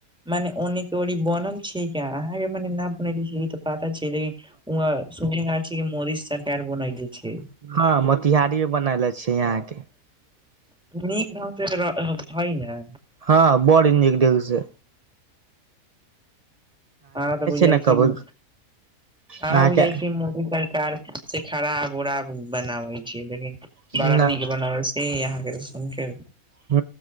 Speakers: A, in the centre; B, on the right (about 55°).
A: मने ओने ओर बनल छी। ठीक या अहाँकेँ मने न बन ई त पता छै लेकिन छै मोदी सर। कर बनाल छै।
B: हँ, मोतिहारी मे बनले छै यहाँकेँ।
A: निक ढंग से है ने।
B: हँ, बड़ी निक देख छै।
A: ह तऽ बुझाइ
B: ने
A: छिये
B: कब
A: ह
B: अहाँके
A: बुझाइ छी मी। से खराब उराब बनाबे छैय लेकिन
B: न
A: बड़ा निक बनावै। ह यहाँकेँ सुन क।
B: ह,